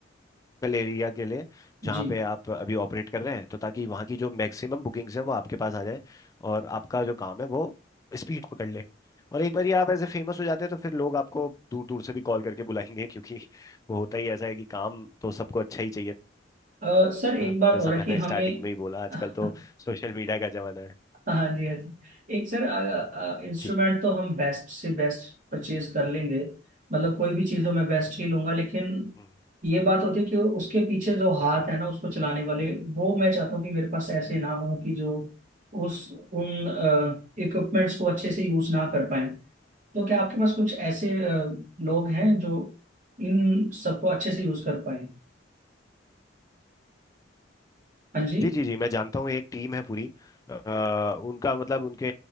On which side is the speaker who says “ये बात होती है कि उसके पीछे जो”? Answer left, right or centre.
Right